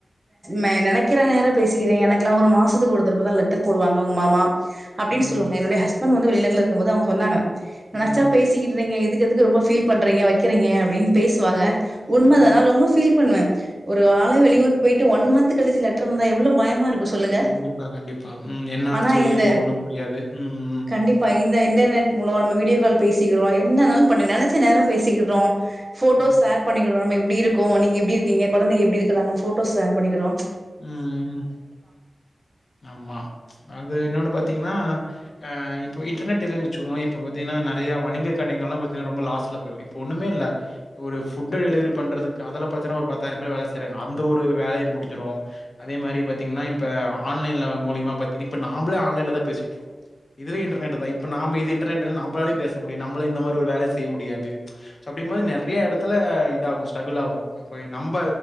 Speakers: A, on the right (about 35°); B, on the left (about 60°).
A: மெ நினைக்க நேர பேசுகிறீங்க எனக்குலா ஒரு மாசம் கொடுதான் லெட்டர் போடுவங்க உங்க மாமா அப்படின்னு
B: ம்
A: சொல்லுவாங்க என்னுடைய ஹஸ்ப வந்து வெளிநாட்ல இருக்கும் போது அவங்க சொன்னாங்க
B: ம்
A: நினைச்சா பேசிக்கிறு நீங்க இதுக்கு ரொம்ப ஃபீல் பண்ணுறீங்க வெக்கிறீங்க அப்படின்னு பேசுவாங்க உண்ம
B: ம்
A: தானா நான் ரொம்ப ஃபீல் பண்ணுவேன் ஒரு ஆள வெளியூருக்கு போயிட்டு ஒன் மந்த் கழிச்ச லெட்டர் வந்தா எவ்ளோ பயமா இருக்கு சொல்லுங்க
B: கண்டிப்பா கண்டிப்பா உம் என்ன ஆச்சோ
A: ஆனா இந்த
B: ஏது ஒண்ணும் புரியாது உம் உம்
A: கண்டிப்பா இந்த இன்டர்நெட் முலம்ம வீடியோ கால் பேசிக்கிறோ என்னாலும் பண்ணு நெனச்ச நேரம் பேசிக்கிடுறோம் போட்டோ
B: ம்
A: ஷேர் பண்ணிக்கடுரோம் நம் இ எப்படி இருக்கும் நீங்க எப்படி இருக்கீங்க கொழந்தைங்க எப்படி இருக்காங்கன்னு ஃபட்டோஸ் ஷெர் பண்ணிக்கிறோம்
B: உம் ஆமா அது இன்னொன்னு பாத் பாத்தீங்கன்னா அஹ் இப்ப இன்டர்நெட் இதுன்னு வச்சுக்கோங்களே இப்ப பாத்தீங்கன்னா நெறைய வணிக கடைகள் எல்லாம் லாஸ்ல போயிரும் இப்போ ஒண்ணுமே இல்ல இப்போ ஒரு ஃபுட் டெலிவரி பண்றதுக்கு அதெல்லாம் பாத்தீங்கன்னா ஒரு பத்தாயிரம் பேர் வேலை செய்றாங்க அந்த ஒரு வேலையும் முடிஞ்சிறும் அதே மாதிரி பாத்திங்கனா இப்ப ஆன்லைன்ல முழியமா பாத் நாமலே ஆன்லைன்ல தான் பேசிட்டு இருக்கோம் இதுவே இன்டர்நெட் தான் நாம் இது இன்டர்நெட் இல்லனா பேச முடியா நாம்மலே இந்த மாதிரி ஒரு வேலை செய்ய முடியாது அப்படின்னும் போது நெறைய இடத்துல இதா ஆகும் ஸ்டரகுலாகும் நம்ப